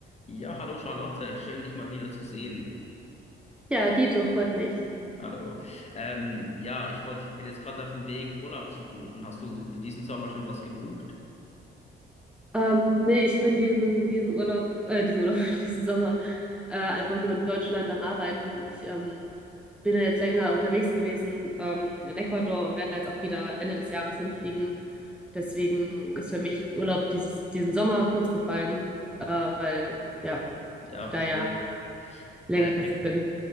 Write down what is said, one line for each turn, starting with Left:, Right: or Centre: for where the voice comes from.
Left: Ja, hallo Charlotte, schön dich mal wieder zu sehen.
Centre: Ja, Dito, freut mich.
Left: Hallo. Ähm, ja, ich wollt, bin jetzt gerade auf dem Weg, Urlaub zu buchen. Hast du für diesen Sommer schon was gebucht?
Centre: Ähm, nee, ich bin diesen, diesen Urlaub, äh, diesen Urlaub, <laughs> diesen Sommer äh, einfach nur in Deutschland am Arbeiten. Ich ähm, bin da jetzt länger unterwegs gewesen ähm, in Ecuador und werde da jetzt auch wieder Ende des Jahres hinfliegen. Deswegen ist für mich Urlaub dieses, diesen Sommer kurz gefallen, äh, weil ja,
Left: Ja,
Centre: ich da
Left: verstehe.
Centre: ja längerfristig
Left: Äh,
Centre: bin.